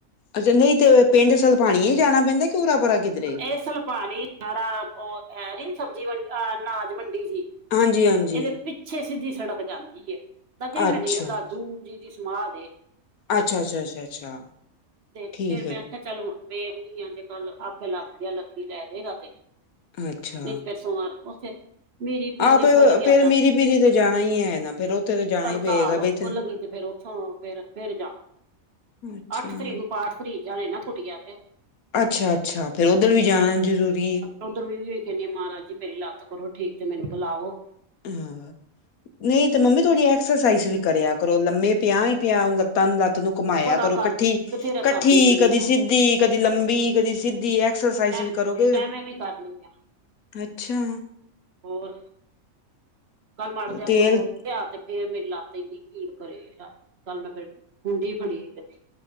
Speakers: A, on the left; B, on the right.
A: ਅੱਛਾ ਨਹੀਂ ਤੇ ਪਿੰਡ ਸਲਪਾਣੀ ਹੀ ਜਾਣਾ ਪੈਂਦਾ, ਕਿ ਉਰਾ ਪੁਰਾ ਕਿਧਰੇ ਵੀ
B: ਇਹ ਸਲਪਾਣੀ ਸਾਰਾ ਉਹ ਹੈ ਨੀ ਸਬਜ਼ੀ ਮੰਡੀ ਅਹ ਨਾਨਾਜ ਮੰਡੀ ਸੀ,
A: ਹਾਂਜੀ ਹਾਂਜੀ
B: ਇਹਦੇ ਪਿੱਛੇ ਸਿੱਧੀ ਸੜਕ ਜਾਂਦੀ ਏ, ਤਾਂ ਕ ਮੈ
A: ਅੱਛਾ
B: ਨਹੀਂ ਦਾਦੂ ਜੀ ਦੀ ਸਮਾਦ ਏ।
A: ਅੱਛਾ ਅੱਛਾ, ਅੱਛਾ ਅੱਛਾ।
B: ਤੇ
A: ਠੀਕ
B: ਫੇਰ ਮੈਂ
A: ਹੈ ਜੀ।
B: ਆਖਿਆ ਚੱਲ ਹੁਣ ਵੇਵਨੀ ਆ, ਜੇ ਕੱਲ ਆਖੇ ਲੱਗ ਦੀ ਆ ਲੱਕੀ ਲੈ ਜੇਗਾ ਤੇ
A: ਅੱਛਾ
B: ਨੀ ਫਿਰ ਸੋਮਵਾਰ ਉਥੇ ਮੀਰੀ ਪੀਰੀ
A: ਆਪ
B: ਜੇ ਖੁੱਲ ਗਿਆ,
A: ਫੇਰ ਮੀਰੀ ਪੀਰੀ ਤੇ ਜਾਣਾ ਹੀ ਹੈ ਨਾ ਫੇਰ ਉੱਥੇ ਤੇ ਜਾਣਾ
B: ਹੜਤਾਲ
A: ਹੀ ਪਏਗਾ ਬਈ
B: ਖੁੱਲ ਗਈ ਤੇ ਫੇਰ ਉੱਥੋਂ ਫਿਰ ਫਿਰ ਜਾਵਾ,
A: ਅੱਛਾ
B: ਅੱਠ ਤਰੀਕ ਨੂੰ ਪਾਠ ਤਰੀਕ ਜਾਣੇ ਨਾ ਕੁਟੀਆਂ ਦੇ। ਹ-
A: ਅੱਛਾ-ਅੱਛਾ, ਫੇਰ ਉੱਧਰ ਵੀ ਜਾਣਾ ਜ਼ਰੂਰੀ ਏ,
B: ੳਦਰ ਵੀ ਕਹਿੰਦੀ ਆ ਮਹਾਰਾਜ ਜ, ਮੇਰੀ ਲੱਤ ਕਰੋ ਠੀਕ ਤੇ ਮੈਨੂੰ ਬੁਲਾਵੋ।
A: ਹਾਂ, ਨਹੀਂ ਤੇ ਮੰਮੀ ਥੋੜੀ ਐਕਸਰਸਾਈਜ਼ ਵੀ ਕਰਿਆ ਕਰੋ, ਲੰਮੇ ਪਿਆ ਹੀ ਪਿਆ ਲੱਤਾਂ ਨੂੰ ਲੱਤ ਨੂੰ ਕਮਾਇਆ
B: ਬੜਾ
A: ਕਰੋ,
B: ਕਰ
A: ਕੱਠੀ
B: ਬਥੇਰਾ
A: ਕੱਠੀ,
B: ਕਰਦੀ ਰਹਿੰਦੀ
A: ਕਦੀ
B: ਆ
A: ਸਿੱਧੀ ਕਦੀ ਲੰਬੀ, ਕਦੀ ਸਿੱਧੀ, ਐਕਸਰਸਾਈਜ਼
B: ਐ
A: ਵੀ ਕਰੋਗੇ,
B: ਐਵੇਂ ਵੀ ਕਰਨੀ ਆ
A: ਅੱਛਾ!
B: ਹੋਰ, ਕੱਲ ਮਾੜ ਜ
A: ਤੇਲ
B: ਤੁਥੋ ਹੋਰ ਆ ਤੇ ਫੇਰ ਮੇਰੀ ਲੱਤ ਇੰਨੀ ਭੀੜ ਕਰੇ, ਰਾ ਕੱਲ ਮੈਂ ਫੇਰ ਕੁੰਡੀ ਫੜੀ ਰੱਖੀ।